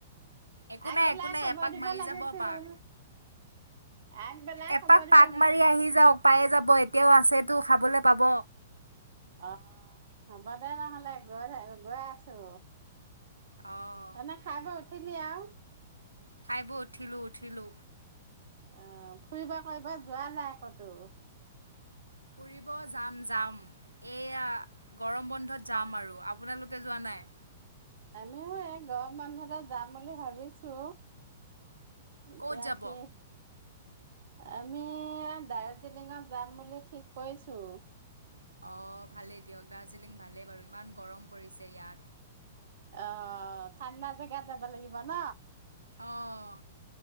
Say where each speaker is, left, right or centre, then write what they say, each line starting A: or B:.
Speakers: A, on the right; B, on the right.
A: একো
B: আগবেলাই
A: নাই-একো নাই
B: খবৰ
A: এপাক
B: দিব
A: মাৰি
B: লাগিছিল
A: যাব পাক।
B: আগবেলাই
A: এপাক
B: খবৰ দিব
A: পাক
B: লাগিছিল
A: মাৰি আহি যাওঁক যাওক পায়ে যাব তেওঁ আছেতো খাবলৈ পাব।
B: আহ হ'ব দে নহ'লে গৈ গৈ আছো।
A: অঁ
B: যি ন খাইাব উঠিলি আৰু
A: খাইব উঠিলোঁ-উঠিলো
B: আহ ফুৰিব কৰিবা যোৱা নাই কতো?
A: ফুৰিব যাম-যাম এইয়া গৰম বন্ধত যাম আৰু। আপোনালোকে যোৱা নাই?
B: আমিও এই গৰম বন্ধতে যাম বুলি ভাবিছো এতিয়া
A: ক'ত যাব
B: কি আমি দাৰৰ্জিলিঙত যাম বুলি ঠিক কৈছো।
A: অঁ ভালেই দিয়ক দাৰ্জিলিং ভালেই বাৰু ইমান গৰম পৰিছে ইয়াত
B: অ ঠাণ্ডা জেগাত যাব লাগিব ন
A: অহ